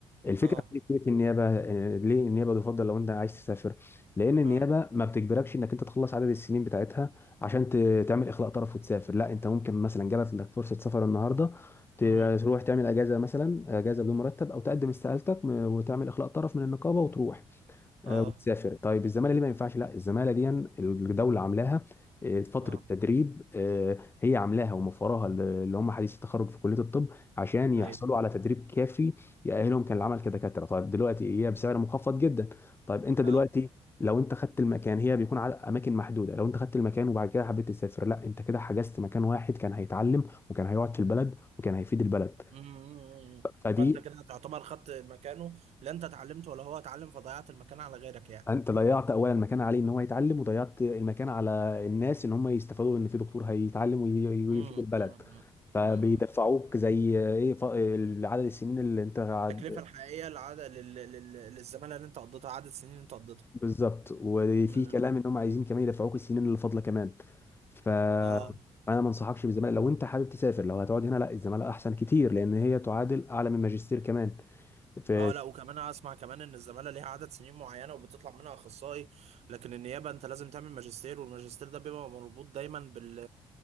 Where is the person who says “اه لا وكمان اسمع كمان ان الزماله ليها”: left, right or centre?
Right